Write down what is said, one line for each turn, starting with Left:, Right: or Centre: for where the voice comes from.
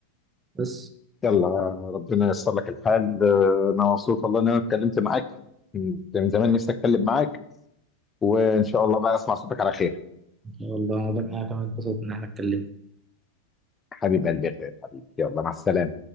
Right: بس
Left: يلا ربنا ييسر لك الحال آه، انا مبسوط والله ان انا اتكلمت معاك كنت من زمان نفسي اتكلم معاك وان شاء الله بقى اسمع صوتك على خير
Right: ان شاء الله ده حاجه كمان اتبسطت ان احنا اتكلمنا
Left: حبيب قلبي يا غالي، حبيبي يلا مع السلامه